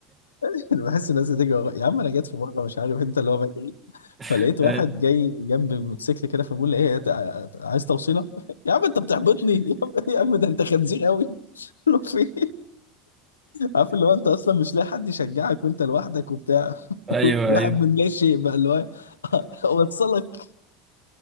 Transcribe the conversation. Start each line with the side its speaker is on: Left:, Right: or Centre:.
Left: <laughs> أنا بحس الناس بتجري ورايا يا عم انا جيت في مره مش عارف انت اللي هو بجري
Right: <laughs>
Left: فلقيت واحد جاي جنب موتوسيكل كده فبقول له ايه تع- عايز توصيله <laughs> يا عم انت بتحبطني <laughs> يا عم يا عم ده انت خنزير قوي <laughs> قلت له في إيه؟ عارف اللي هو انت اصلا مش لاقي حد يشجعك وانت لوحدك وبتاع
Right: ايوه
Left: <laughs> واحد
Right: ايوه <laughs>
Left: من لا شيء بقى اللي هو <laughs> اوصلك